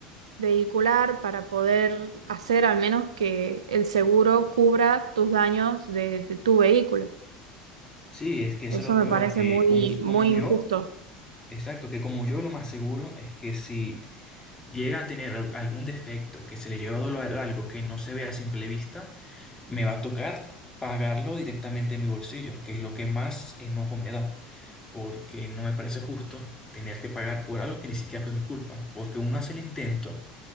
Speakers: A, on the right; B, on the left.
A: vehicular para poder hacer al menos que el seguro cubra tus daños de, de tu vehículo.
B: sí, es que eso
A: Eso
B: es lo
A: me
B: peor,
A: parece
B: que
A: muy,
B: como,
A: muy
B: como
A: injusto.
B: yo, exacto, que como yo lo más seguro es que si llega a tener al- algún defecto, que se le lleva a doler algo que no se ve a simple vista, me va a tocar pagarlo directamente en mi bolsillo, que es lo que más enojo me da, porque no me parece justo tener que pagar por algo que ni siquiera fue mi culpa, porque uno hace el intento